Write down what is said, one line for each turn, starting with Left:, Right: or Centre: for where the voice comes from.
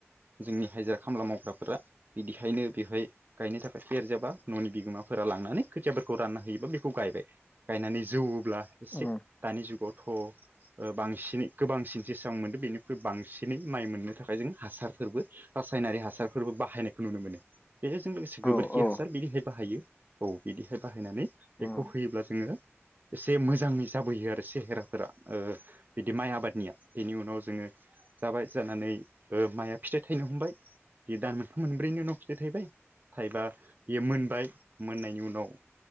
Right: जोंनि हाजिरा खामला मावग्राफोरा बिदिहायनो बेवहाय गायनो थाखाय एरजोबा न'नि बिगोमाफोरा लांनानै खोथियाफोरखौ रानना होयोबा बेखौ गायबाय गायनानै जौवोब्ला एसे
Left: उम
Right: दानि जुगावथ' ओ बांसिनै गोबांसिन जेसां मोनदों बेनिख्रुइ बांसिनै माइ मोननो थाखाय जों हासारफोरबो रासायनारि हासारफोरबो बाहायनायखौ नुनो मोनो बेजों लोगोसे
Left: औ
Right: गोबोरखि
Left: औ
Right: हासार बिदिहाय बाहायो औ बिदिहाय बाहायनानै
Left: उम
Right: बेखौ होयोब्ला जोङो एसे मोजां मोजाङै जाबोयो आरो सेहेराफोरा बिदि माइ आबादनिया बिनि उनाव जोङो जाबाय जानानै ओ माया फिथाइ थायनो हमबाय बे दान मोनथाम मोनब्रैनि उनाव फिथाइ थाइबाय थाइबा बेयो मोनबाय मोननायनि उनाव